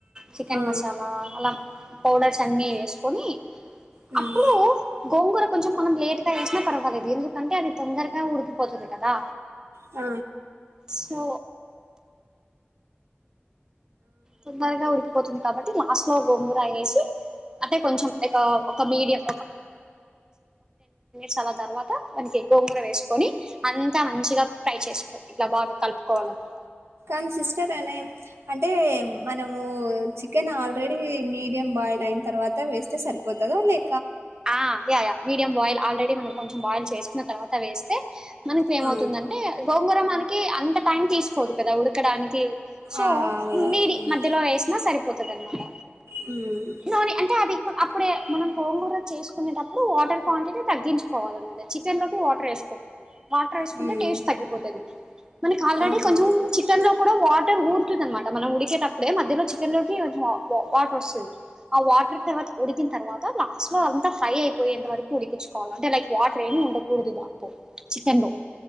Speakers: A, on the right (about 15°); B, on the right (about 85°).
A: చికెన్
B: ఆ
A: మసాలా అలా పౌడర్స్ అన్ని వేసుకొని
B: హ్మ్
A: అప్పుడు గోంగూర కొంచెం మనం లేట్ గా వేసినా పర్వాలేదు ఎందుకంటే అది తొందరగా ఉడికిపోతది కదా
B: అ
A: సో తొందరగా ఉడికిపోతుంది కాబట్టి లాస్ట్ లో గోంగూర వేసి అంటే కొంచెం ఒక ఒక మీడియం చాలా తర్వాత వన్కే గోంగూర వేసుకొని అంతా మంచిగా ఫ్రై చేసుకో ఇట్లా బాగా కలుపుకోవాలన్నమాట
B: అన్ సిస్టర్ అనే అంటే వన్ మనము చికెన్ ఆల్రెడీ మీడియం బాయిల్ అయిన తర్వాత వేస్తే సరిపోతదా లే
A: ఆ yeah yeah medium boil already మనం కొంచెం బాయిల్ చేసుకున్న తర్వాత వేస్తే మనకి ఏమవుతుందంటే
B: ఆ
A: గోంగూర మనకి అంత టైం తీసుకోదు కదా ఉడకడానికి సో
B: ఆ అవునవును
A: మీడి మధ్యలో వేసినా సరిపోతది అనమాట
B: హ్మ్
A: నోని అంటే అది ఇక్ అప్పుడే మనం గోంగూర చేసుకునేటప్పుడు వాటర్ క్వాంటిటీ తగ్గించుకోవాలన్నమాట చికెన్ లోకి వాటర్ వే వాటర్ ఎసుకుంటే
B: హ్మ్
A: టేస్ట్ తగ్గిపోతది మనకి ఆల్రెడీ
B: ఆహా
A: కొంచెం చికెన్ లో కూడా వాటర్ ఊరుతుంది అనమాట మనం ఉడికేటప్పుడే మధ్యలో చికెన్ లోకి వాటర్ వస్తది ఆ వాటర్ తర్వాత ఉడికిన తర్వాత లాస్ట్ లో అంతా ఫ్రై అయిపోయేంత వరకు ఉడికించుకోవాలి అంటే లైక్ వాటర్ ఏం ఉండకూడదు దాంట్లో చికెన్లో